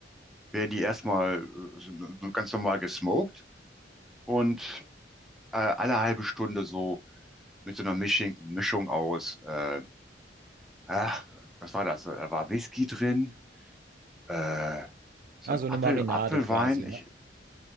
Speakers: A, in the centre; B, on the right.
A: werden die erstmal äh, so, so ganz normal gesmoked und äh, alle halbe Stunde so mit so einer Mischung, Mischung aus, äh, ach, was war das? Da war Whisky drin, äh, so
B: Ah,
A: ein
B: so eine
A: Apfel,
B: Marinade
A: Apfelwein.
B: quasi, ne?
A: Ich,